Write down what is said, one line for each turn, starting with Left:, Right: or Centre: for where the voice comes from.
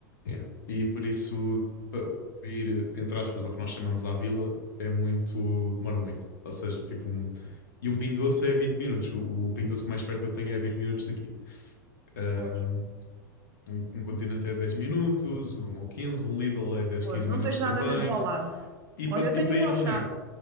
Left: Yeah. E por isso, pa- para ir, eh, entre aspas, ao que nós chamamos à vila, é muito, demora muito. Ou seja, tipo um. E um Pingo Doce é 20 minutos. O, o Pingo Doce mais perto que eu tenho é 20 minutos daqui. Um,
Right: Pois.
Left: um, um Continente é 10 minutos, um ou 15 um Lidl é 10
Right: Pois,
Left: 15
Right: não
Left: minutos
Right: tens nada
Left: também.
Right: mesmo ao lado.
Left: E
Right: Olha,
Left: para
Right: eu tenho
Left: e para ir
Right: o Auchan.
Left: ao Mac?